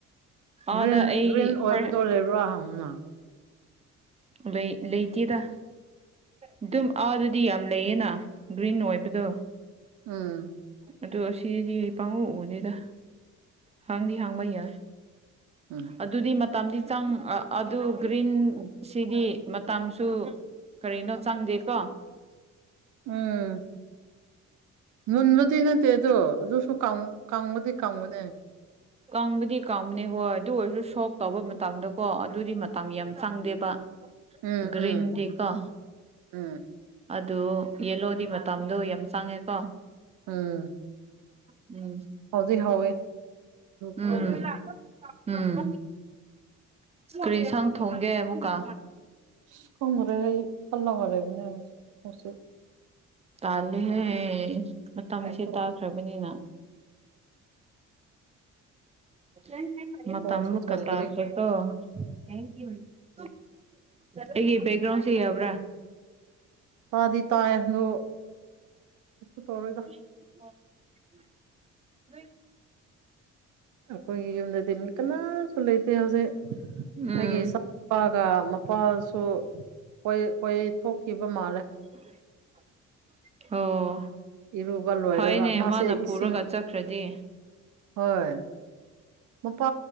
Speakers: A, on the right; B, on the right.
A: ꯑꯥꯗ
B: ꯒ꯭ꯔꯤꯟ
A: ꯑꯩ
B: ꯒ꯭ꯔꯤꯟ ꯑꯣꯏꯕꯗꯣ
A: ꯍꯣꯏ
B: ꯂꯩꯕ꯭ꯔꯥ ꯍꯪꯉꯨꯅ
A: ꯂꯩ ꯂꯩꯇꯦꯗ ꯑꯗꯨꯝ ꯑꯥ ꯗꯨꯗꯤ ꯌꯥꯝ ꯂꯩꯌꯦꯅ ꯒ꯭ꯔꯤꯟ ꯑꯣꯏꯕꯗꯣ
B: ꯎꯝ
A: ꯑꯗꯨ ꯁꯤꯗꯗꯤ ꯄꯪꯎ ꯎꯗꯦꯗ ꯍꯪꯗꯤ ꯍꯪꯕ ꯌꯥꯏ
B: ꯎꯝ
A: ꯑꯗꯨꯗꯤ ꯃꯇꯝꯗꯤ ꯆꯪ ꯑꯥ ꯑꯗꯨ ꯒ꯭ꯔꯤꯟ ꯁꯤꯗꯤ ꯃꯇꯝꯁꯨ ꯀꯔꯤꯅꯣ ꯆꯪꯗꯦꯀꯣ
B: ꯎꯝ ꯃꯨꯟꯕꯗꯤ ꯅꯠꯇꯦꯗꯣ ꯑꯗꯨ ꯑꯗꯨꯁꯨ ꯀꯪꯕꯗꯤ ꯀꯪꯕꯅꯦ
A: ꯀꯪꯕꯨꯗꯤ ꯀꯪꯕꯅꯦ ꯍꯣꯏ ꯑꯗꯨ ꯑꯣꯏꯔꯁꯨ ꯁꯣꯛ ꯇꯧꯕ ꯃꯇꯝꯗ ꯀꯣ ꯑꯗꯨꯗꯤ ꯃꯇꯝ ꯌꯥꯝ ꯆꯪꯗꯦꯕ <unintelligible>
B: ꯎꯝ
A: ꯒ꯭ꯔꯤꯟꯗꯤꯀꯣ
B: ꯎꯝ ꯎꯝ
A: ꯑꯗꯨ ꯌꯦꯂꯣꯗꯤ ꯃꯇꯝꯗꯣ ꯌꯥꯝ ꯆꯪꯉꯦꯀꯣ
B: ꯎꯝ
A: ꯎꯝ
B: ꯍꯥꯎꯗꯤ ꯍꯥꯎꯋꯦ
A: ꯎꯝ
B: ꯒ꯭ꯔꯤꯟꯅ
A: ꯎꯝ <unintelligible> ꯀꯔꯤ ꯏꯟꯁꯥꯡ ꯊꯣꯡꯒꯦ ꯑꯃꯨꯛꯀꯥ
B: ꯏꯁ ꯈꯪꯗꯔꯦ ꯑꯩ ꯈꯜꯂꯒ ꯂꯩꯕꯅꯦ <unintelligible>
A: ꯇꯥꯟꯂꯦꯍꯦ ꯃꯇꯝꯁꯦ
B: ꯑꯩꯁꯨ
A: ꯇꯥꯈ꯭ꯔꯕꯅꯤꯅ <unintelligible> ꯃꯇꯝ
B: ꯊꯣꯡꯁꯨ ꯊꯣꯡꯗ꯭ꯔꯤ
A: ꯀꯇꯥꯁꯦ ꯗꯣ <unintelligible> ꯑꯩꯒꯤ ꯕꯦꯛꯒ꯭ꯔꯥꯎꯟꯁꯦ ꯌꯥꯕ꯭ꯔꯥ
B: ꯇꯥꯗꯤ ꯇꯥꯏ ꯑꯗꯣ ꯀꯩꯁꯨ ꯇꯧꯔꯣꯏꯗ
A: <unintelligible> <unintelligible>
B: ꯑꯈꯣꯏꯒꯤ ꯌꯨꯝꯗꯗꯤ ꯃꯤ ꯀꯅꯥꯁꯨ ꯂꯩꯇꯦ ꯍꯧꯖꯤꯛ
A: ꯎꯝ
B: ꯑꯩꯒꯤ ꯏ- ꯆꯥꯒ ꯃꯄꯥꯁꯨ ꯀꯣꯏ ꯀꯣꯏ ꯊꯣꯛꯈꯤꯕ ꯃꯥꯜꯂꯦ
A: <unintelligible> ꯑꯣ
B: ꯏꯔꯨꯕ ꯂꯣꯏꯔꯒ
A: ꯐꯩꯅꯦ
B: ꯃꯥꯁꯦ
A: ꯃꯥꯅ ꯄꯨꯔꯒ
B: ꯏꯁꯤꯡ
A: ꯆꯠꯈ꯭ꯔꯗꯤ
B: ꯍꯣꯏ ꯃꯄꯥ